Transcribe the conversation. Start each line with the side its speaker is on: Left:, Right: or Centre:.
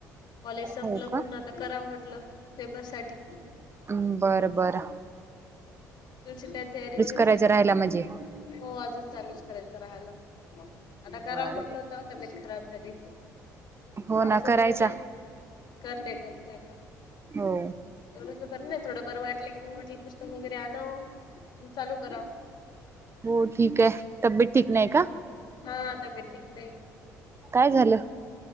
Left: कॉलेज संपलं
Right: हो
Left: म्हणून
Right: का
Left: आत आता कराव म्हटलं पेपर साठी
Right: हम् बरं, बर
Left: तुमची काय तयारी वगैरे
Right: करायचा
Left: चालूय
Right: राहिला म्हणजे
Left: हो अजून चालूच करायचं राहायला आता कराव
Right: बरं
Left: म्हट
Right: बर
Left: तवा तब्बेत खराब झाली
Right: हो
Left: थोडस
Right: ना
Left: बर
Right: करायचा
Left: नाही करते, करते आता
Right: हो
Left: थोडसं बरं नाही थोडं बरं वाटलं म्हटलं पुस्तक वगैरे आणावं न चालू करावं
Right: हो ठीक आहे तब्येत ठीक नाही का
Left: हा तब्बेत ठीक नाही
Right: काय झालं